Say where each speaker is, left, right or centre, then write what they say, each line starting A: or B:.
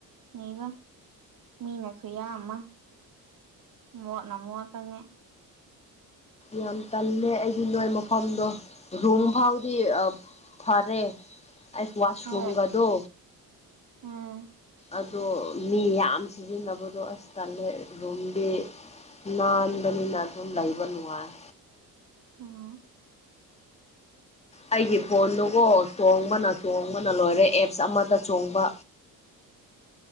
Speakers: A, on the right; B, on the left.
A: ꯅꯕ ꯃꯤꯅ ꯈꯨꯌꯥ ꯑꯃ ꯃꯣꯠꯅ ꯃꯣꯠꯄꯅꯦ
B: ꯌꯥꯝ ꯇꯜꯂꯦ ꯑꯩꯒꯤ ꯅꯣꯏ ꯃꯐꯝꯗꯣ ꯔꯨꯝ ꯐꯥꯎꯗꯤ ꯐꯔꯦ ꯑꯩ ꯋꯥꯁꯔꯨꯝꯒꯗ
A: ꯍꯣꯏ ꯎꯝ
B: ꯑꯗꯣ ꯃꯤ ꯌꯥꯝ ꯁꯤꯖꯤꯟꯅꯕꯗꯣ ꯑꯁ ꯇꯜꯂꯦ ꯔꯨꯝꯗꯤ ꯅꯥꯟꯕꯅꯤꯅ ꯑꯗꯨꯝ ꯂꯩꯕ ꯅꯨꯡꯉꯥꯏ
A: ꯎꯝ
B: ꯑꯩꯒꯤ ꯐꯣꯟꯗꯨꯒꯣ ꯆꯣꯡꯕꯅ ꯆꯣꯡꯕꯅ ꯂꯣꯏꯔꯦ ꯑꯦꯞꯁ ꯑꯃꯗ ꯆꯣꯡꯕ